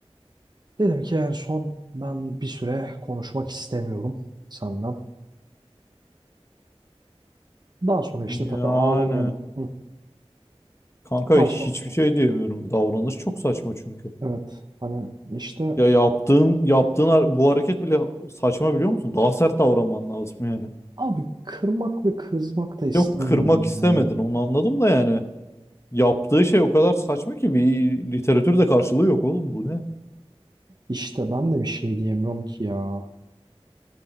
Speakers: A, on the right; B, on the left.
A: dedim ki en son ben bir süre konuşmak istemiyorum senden. Daha sonra işte tabii
B: Yani
A: ağlamaya... Hı.
B: kanka
A: Daha
B: hiçbir
A: sonra
B: şey diyemiyorum. Davranış çok saçma çünkü.
A: evet hani işte
B: Ya yaptığın yaptığın har- bu hareket bile saçma biliyor musun? Daha sert davranman lazım yani.
A: abi kırmak ve kızmak da istemiyordum
B: Yok kırmak istemedin
A: yani.
B: onu anladım da yani. Yaptığı şey o kadar saçma ki bir literatürde karşılığı yok oğlum bu ne?
A: İşte ben de bir şey diyemiyorum ki ya.